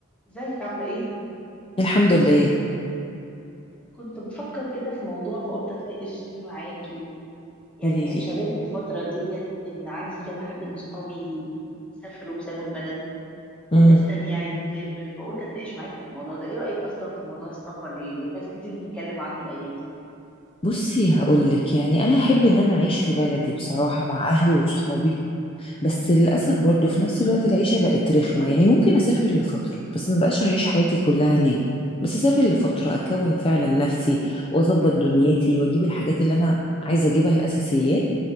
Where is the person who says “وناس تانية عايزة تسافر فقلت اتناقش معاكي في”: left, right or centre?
Centre